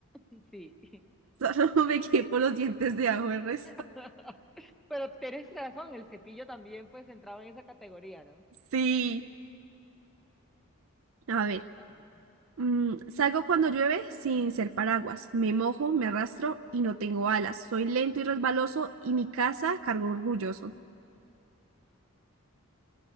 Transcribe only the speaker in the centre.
<laughs> Sí.
<laughs> Pero tienes razón, el cepillo también pues entraba en esa categoría, ¿no?
Sí,
sí, está muy-